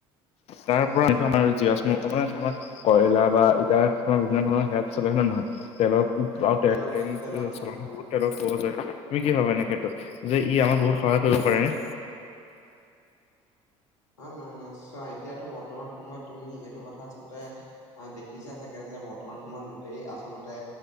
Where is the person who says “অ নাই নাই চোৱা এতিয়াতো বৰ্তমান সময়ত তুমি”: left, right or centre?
Left